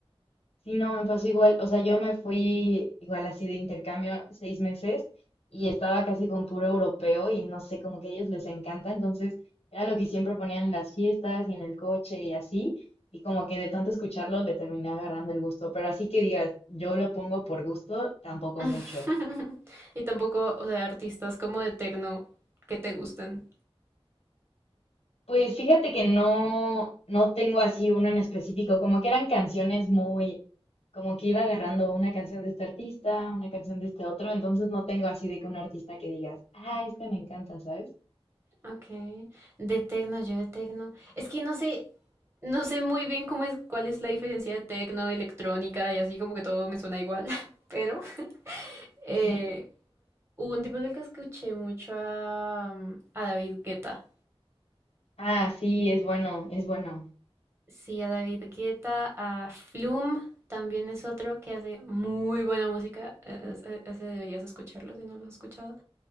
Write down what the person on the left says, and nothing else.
Sí, no, me pasó igual. O sea, yo me fui igual así de intercambio seis meses y estaba casi con puro europeo y no sé, como que a ellos les encanta. Entonces, era lo que siempre ponían en las fiestas y en el coche y así. Y como que de tanto escucharlo le terminé agarrando el gusto. Pero así que digas, yo lo pongo por gusto, tampoco
mucho.
Pues fíjate que no, no tengo así uno en específico, como que eran canciones muy, como que iba agarrando una canción de este artista, una canción de este otro, entonces no tengo así de que un artista que digas, ah, este me encanta, ¿sabes?
<laughs>
Ah, sí, es bueno, es bueno.